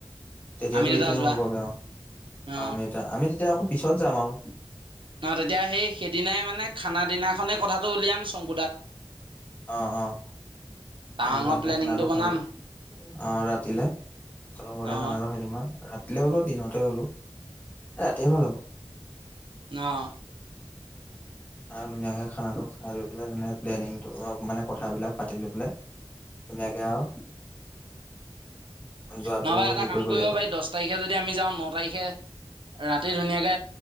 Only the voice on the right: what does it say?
আমি দুটা
যোৱা
অ'
নহ, তেতিয়া সেই সেইদিনাই মানে খানা দিনাখনেই কথাটো উলিয়াম শংকুদাক।
টাৱাঙৰ
প্লেনিংটো
বনাম
অ'
অঁ।
নহবা এটা
কাম কৰিব
পাৰি, দহ তাৰিখে যদি আমি যাওঁ ন তাৰিখে। ৰাতি ধুনীয়াকে